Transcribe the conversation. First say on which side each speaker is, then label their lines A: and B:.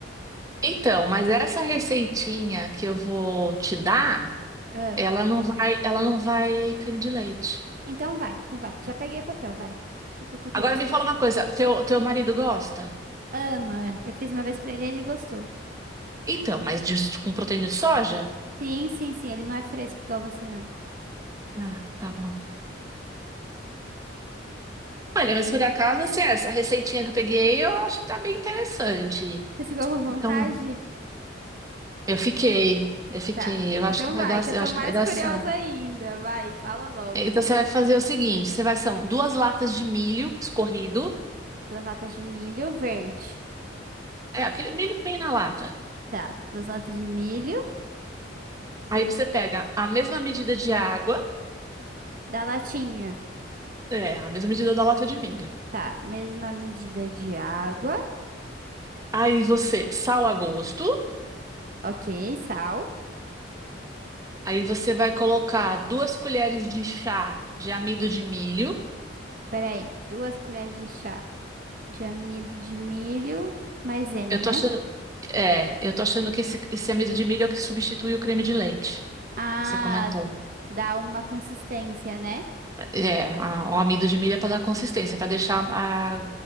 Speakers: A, on the right (about 20°); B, on the right (about 45°).
A: Então, mas essa receitinha que eu vou te dar.
B: Ah.
A: Ela não vai, ela não vai creme de leite.
B: Então vai, então vai. Já peguei o papel, vai. Que eu tô curiosa.
A: Agora me fala uma coisa, teu, teu marido gosta?
B: Ama. Eu fiz uma vez pra ele e ele gostou.
A: Então, mas de- com proteína de soja?
B: Sim, sim, sim. Ele não é fresco igual você, não.
A: Ah, tá bom. Olha, mas por acaso, assim, essa receitinha que eu peguei, eu acho que tá bem interessante.
B: Você ficou com vontade?
A: Então, eu fiquei, eu fiquei,
B: Tá.
A: eu acho
B: Então
A: que vai
B: vai,
A: dar,
B: que eu
A: eu
B: tô
A: acho
B: mais
A: que vai dar
B: curiosa
A: certo.
B: ainda. Vai, fala logo.
A: Então, você vai fazer o seguinte, você vai, são duas latas de milho escorrido,
B: Duas latas de milho verde.
A: é, aquele milho que vem na lata.
B: Tá. Duas latas de milho
A: Aí você pega a mesma medida de água,
B: da latinha.
A: é, a mesma medida da lata de milho.
B: Tá. Mesma medida de água.
A: Aí você, sal a gosto.
B: Ok. Sal.
A: Aí você vai colocar duas colheres de chá de amido de milho.
B: Peraí. Duas colheres de chá de amido de milho. Maisena,
A: Eu tô
B: né?
A: achando, é, eu tô achando que esse, esse amido de milho é o que substitui o creme de leite.
B: Ah,
A: Você comentou.
B: dá uma consistência, né?
A: É, a- o amido de milho é para dar consistência, para deixar a-